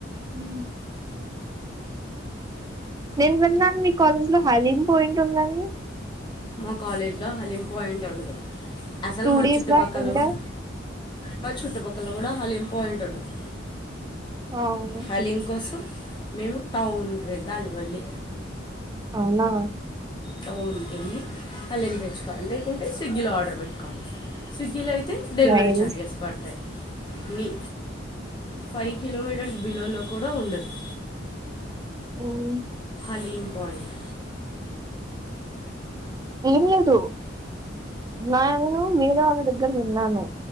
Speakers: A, on the right; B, on the left.
A: హమ్ నేను విన్నాను మీ కాలేజ్ లో హలీమ్ పాయింట్ ఉందని
B: మా కాలేజీలో హలిం పాయింట్ ఉండదు అసలు
A: టూ
B: మా
A: డేస్
B: చుట్టుపక్కల
A: బ్యాక్ ఉండే
B: కూడా మా చుట్టుపక్కల కూడా హలీం పాయింట్ ఉండదు
A: అవును
B: హలీం కోసం మేము టౌన్ కి వెళ్ళాలి మళ్ళీ
A: అవునా
B: టౌన్ కెళ్ళి హలిం తెచ్చుకోవాలి లేకుంటే స్విగ్గిలో ఆర్డర్ పెట్టుకోవాలి స్విగ్గీలో అయితే అయితే డెలివరీ
A: నైస్
B: చార్జెస్ పడతయి నీ ఫైవ్ కిలోమీటర్స్ బిలోలో కూడా ఉండదు
A: ఉమ్
B: హాలీం పయింట్
A: ఏం లేదు నేను వేరే వాళ్ళ దగ్గర విన్నాను